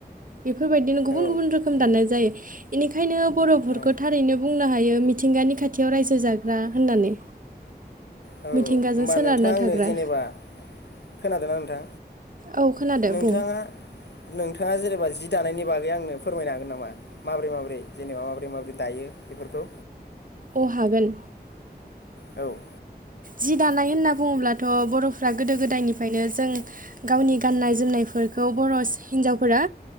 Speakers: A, on the right; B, on the left.
A: बेफोरबायदिनो गुबुन
B: औ
A: गुबुन रोखोम दाननाय जायो इनिखायनो बर'फोरखौ
B: औ
A: थारैनो बुंनो हायो मिथिंगानि खाथियाव रायजो जाग्रा होननानै
B: होमबा
A: मिथिंगाजों सोनारना
B: नोंथाङा आंनो
A: थाग्रा
B: जेनेबा खोनादों ना नों दा
A: औ खोनादो
B: नोंथाङा
A: बुं
B: नोंथाङा जेनेबा जि दानायनि बागै आंनो फोरमायनो हागोन नामा माबोरै माबोरै जेनेबा माबोरै माबोरै दायो बेफोरखौ
A: अ हागोन
B: औ
A: जि दानाय होनना बुङोब्लाथ बर'फ्रा गोदो गोदायनिफ्रायनो जों गावनि गाननाय जोमनायफोरखौ बर' हिन्जावफोरा